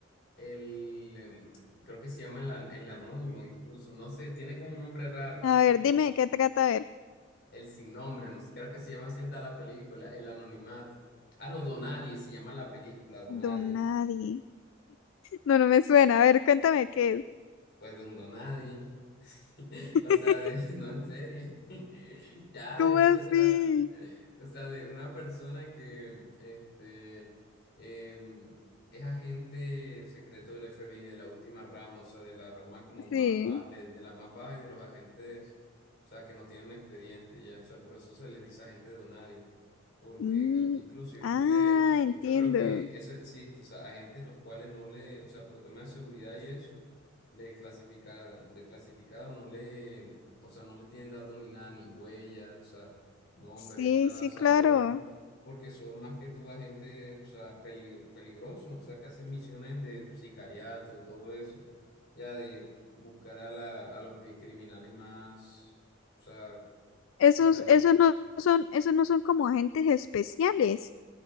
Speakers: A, on the left; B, on the left.
A: el em, creo que se llama el, an- el anónimo incluso. No sé, tiene como un nombre raro.
B: A
A: Creo
B: ver, dime de qué trata, a ver.
A: El sin nombre, no sé, creo que se llama así está la película, El Anonimato. Ah, no, Donadie se llama la película, Donadie.
B: Donadi. No, no me suena. A ver, cuéntame qué es.
A: Pues de un Donadie. <laughs>
B: <laughs>
A: O sea, de, <laughs> no, en serio. <laughs> Ya,
B: ¿Cómo
A: de eso
B: así?
A: se trata. O sea, de una persona que este, em, es agente secreto del FBI, de la última rama, o sea, de la rama como
B: Sí.
A: más baja, de, de la más baja y de los agentes, o sea, que no tienen expediente, ya. O sea, por eso se les dice agente Donadi, porque
B: Mm,
A: i- incluso yo
B: ah,
A: creo que,
B: entiendo.
A: yo creo que eso existe, o sea, agentes los cuales no le, o sea, por temas de seguridad y eso de clasificada, de clasificado no le, o sea, no le tienen datos ni nada, ni huellas, o sea, nombre,
B: Sí,
A: nada,
B: sí,
A: o sea,
B: claro.
A: lo guardan porque son más que toda gente, o sea, peligro, peligroso, o sea, que hacen misiones de sicariato, todo eso, ya de buscar a la, a los bi- criminales más, o sea,
B: Esos,
A: que están
B: esos
A: bu-
B: no son, esos no son como agentes especiales.